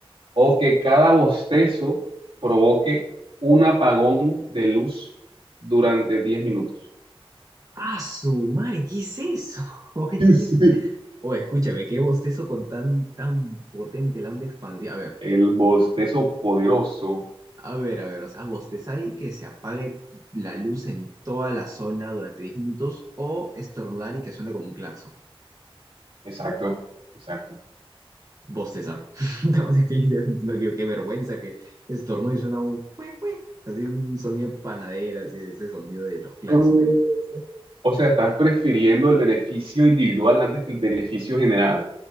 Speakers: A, on the right (about 65°); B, on the right (about 35°).
A: o que cada bostezo provoque un apagón de luz durante diez minutos.
B: ¡Ah, su madre! ¿Qué es eso? <laughs> Ay,
A: ¿Qué
B: ¿qué
A: es
B: es-
A: esto?
B: Oh, escúchame, qué bostezo con tan, tan potente la onda expansiva. A ver,
A: El bostezo poderoso.
B: a ver, a ver, o sea, bostezar y que se apague t- la luz en toda la zona durante 10 minutos o estornudar y que suene como un claxon.
A: Exacto, exacto.
B: bostezar. <laughs> No, definitivamente no quiero, qué vergüenza que estornudo y suena un cue, cue, así un sonido de panadera, así ese sonido de los claxons.
A: No.
B: de los-
A: O sea, estás prefiriendo el beneficio individual antes que el beneficio general,